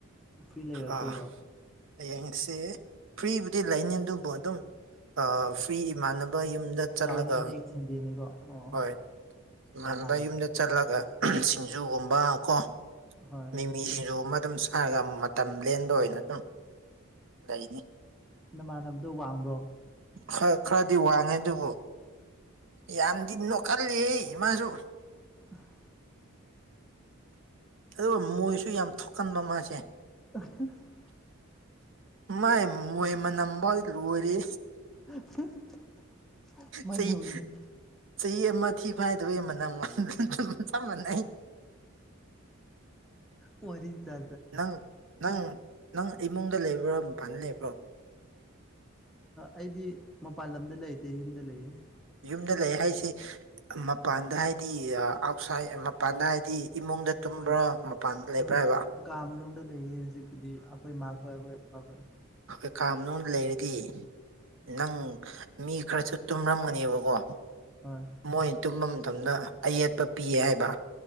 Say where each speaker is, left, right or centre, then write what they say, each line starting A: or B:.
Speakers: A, in the centre; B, on the right.
A: ꯐ꯭ꯔꯤ ꯂꯩꯔꯛꯇꯣꯏꯔꯣ
B: ꯑꯥ ꯍꯌꯦꯡꯁꯦ ꯐ꯭ꯔꯤꯕꯨꯗꯤ ꯂꯩꯅꯤ ꯑꯗꯨꯕꯨ ꯑꯗꯨꯝ ꯑꯥ ꯐ꯭ꯔꯤ ꯏꯃꯥꯟꯅꯕ ꯥꯕ ꯌꯨꯝꯗ ꯆꯠꯂꯒ
A: ꯀꯥꯎꯏꯅꯦ ꯍꯌꯦꯡ ꯁꯟꯗꯦꯅꯤꯀꯣ ꯑꯣ
B: ꯍꯣꯏ ꯏꯃꯥꯟꯕ
A: ꯄꯣꯊꯥꯒꯅꯤ
B: ꯌꯨꯝꯗ ꯆꯠꯂꯒ <unintelligible> ꯁꯤꯡꯖꯨꯒꯨꯝꯕ ꯀꯣ
A: ꯍꯣꯏ
B: ꯃꯤꯃꯤ ꯁꯤꯡꯖꯨꯒꯨꯝꯕ ꯑꯗꯨꯝ ꯁꯥꯔꯒ ꯃꯠ ꯇꯝ ꯂꯦꯟꯕ ꯑꯣꯏꯅ ꯑꯗꯨꯝ ꯂꯩꯅꯤ
A: ꯅꯃꯥꯟꯅꯕꯗꯣ ꯋꯥꯡꯕ꯭ꯔꯣ
B: ꯈꯔ ꯈꯔꯗꯤ ꯋꯥꯡꯉꯦ ꯑꯗꯨꯕꯨ ꯌꯥꯝꯗꯤ ꯅꫭꯛꯀꯜꯂꯤꯍꯦ ꯃꯥꯁꯨ
A: <inaudible>
B: ꯑꯗꯨꯒ ꯃꯣꯏꯁꯨ ꯌꯥꯝ ꯊꯣꯛꯀꯟꯕ ꯃꯥꯁꯦ
A: <unintelligible>
B: ꯃꯥꯏ ꯃꯣꯏ ꯃꯅꯝꯕꯥꯎꯗꯤ ꯂꯣꯏꯔꯦ
A: <unintelligible> ꯀꯃꯥꯏꯅ
B: ꯆꯍꯤ
A: ꯇꯧꯒꯦ
B: ꯆꯍꯤ ꯑꯃ ꯊꯤ ꯐꯥꯏꯗꯕꯩ ꯃꯅꯝ ꯑꯗꯨꯝ ꯆꯞ ꯃꯥꯟꯅꯩ
A: ꯋꯥ꯭ꯔꯤꯇꯥ
B: ꯅꯪ ꯅꯪ ꯅꯪ ꯏꯃꯨꯡꯗ ꯂꯩꯕ꯭ꯔꯣ ꯃꯄꯥꯟꯗ ꯂꯩꯕ꯭ꯔꯣ
A: ꯑꯩꯗꯤ ꯃꯄꯥꯟ ꯂꯝꯗ ꯂꯩꯇꯦ ꯌꯨꯝꯗ ꯂꯩꯌꯦ
B: ꯌꯨꯝꯗ ꯂꯩ ꯍꯥꯏꯁꯦ ꯃꯄꯥꯟꯗ ꯍꯥꯏꯗꯤ ꯑꯥꯎꯠꯁꯥꯏꯠ ꯃꯄꯥꯟꯗ ꯍꯥꯏꯗꯤ ꯏꯃꯨꯡꯗ ꯇꯨꯝꯕ꯭ꯔꯥ
A: ꯍꯣꯏ
B: ꯃꯄꯥꯟꯗ ꯂꯩꯕ꯭ꯔꯥ
A: ꯍꯣꯏ
B: ꯍꯥꯏꯕ
A: ꯀꯥ ꯃꯅꯨꯡꯗ ꯂꯩꯌꯦ ꯍꯧꯖꯤꯛꯄꯨꯗꯤ ꯑꯩꯈꯣꯏ ꯃꯥꯈꯣꯏ ꯑꯩꯈꯣꯏ ꯄꯥꯈꫭꯏ
B: ꯑꫭꯀꯦ ꯀꯥ ꯃꯅꯨꯡꯗ ꯂꯩꯔꯗꯤ ꯅꯪ ꯃꯤ ꯈꯔꯁꯨ ꯇꯨꯝꯔꯝꯒꯅꯦꯕꯀꯣ
A: ꯍꯣꯏ
B: ꯃꯣꯏ ꯇꯨꯝꯕ ꯃꯇꯝꯗ ꯑꯌꯦꯠꯄ ꯄꯤꯌꯦ ꯍꯥꯏꯕ